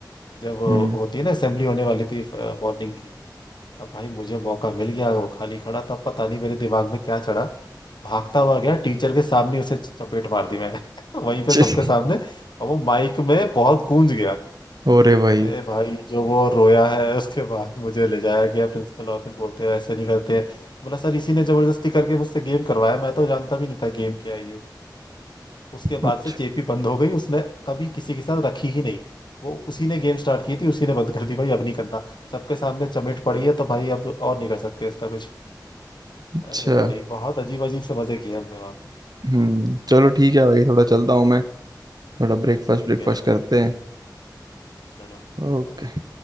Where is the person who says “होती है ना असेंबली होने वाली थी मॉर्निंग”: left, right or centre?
Left